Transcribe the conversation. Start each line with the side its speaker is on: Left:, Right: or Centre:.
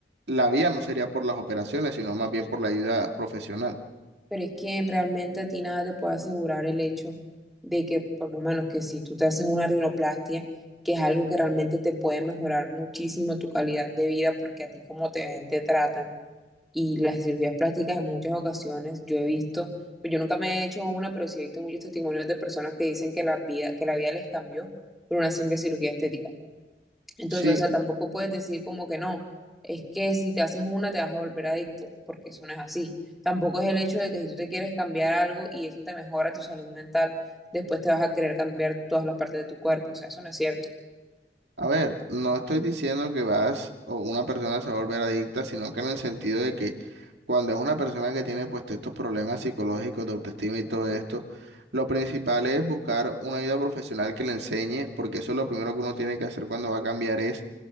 Right: la vía no sería por las operaciones, sino más bien por la ayuda profesional.
Centre: pero es que realmente a ti nada te puede asegurar el hecho de que, por lo menos, que si tú te haces una rinoplastia, que es algo que realmente te puede mejorar muchísimo tu calidad de vida, porque a ti como te ven, te tratan y las cirugías plásticas en muchas ocasiones yo he visto, pues yo nunca me he hecho una, pero sí he visto muchos testimonios de personas que dicen que la vida, que la vida les cambió por una simple cirugía estética. Entonces,
Right: Sí.
Centre: o sea, tampoco puedes decir como que no, es que si te haces una te vas a volver adicto, porque eso no es así. Tampoco es el hecho de que si tú te quieres cambiar algo y eso te mejora tu salud mental, después te vas a querer cambiar todas las partes de tu cuerpo, o sea, eso no es cierto.
Right: A ver, no estoy diciendo que vas o una persona se va a volver adicta, sino que en el sentido de que cuando es una persona que tiene pues estos problemas psicológicos de autoestima y todo esto, lo principal es buscar una ayuda profesional que le enseñe, porque eso es lo primero que uno tiene que hacer cuando va a cambiar es